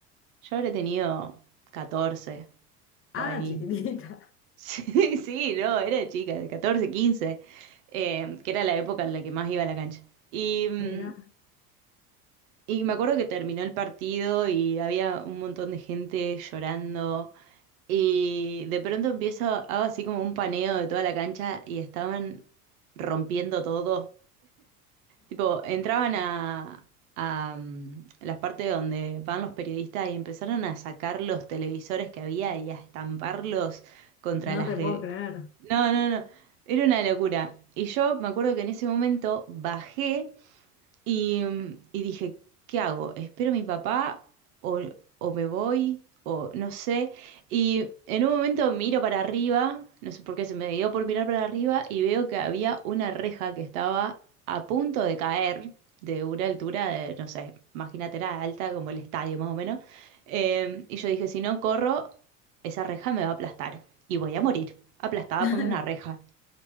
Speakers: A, on the right; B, on the left.
A: yo habré tenido 14 por
B: Ah,
A: ahí.
B: chiquitita.
A: <laughs> Sí, sí, no, era chica, de 14, 15, eh, que era la época en la que más iba a la cancha. Y mm,
B: <laughs> Mira,
A: Y me acuerdo que terminó el partido y había un montón de gente llorando. Y de pronto empiezo, hago así como un paneo de toda la cancha y estaban rompiendo todo. Tipo, entraban a, a mm, las partes donde van los periodistas y empezaron a sacar los televisores que había y a estamparlos contra
B: no
A: las...
B: te
A: gr-
B: puedo creer.
A: No, no, no, era una locura. Y yo me acuerdo que en ese momento bajé y, y dije, ¿qué hago? ¿Espero a mi papá o, o me voy? O no sé. Y en un momento miro para arriba, no sé por qué se me dio por mirar para arriba y veo que había una reja que estaba a punto de caer de una altura de, no sé, imagínate, era alta como el estadio más o menos. Eh, y yo dije, si no corro, esa reja me va a aplastar y voy a morir, aplastada
B: <laughs>
A: por una reja.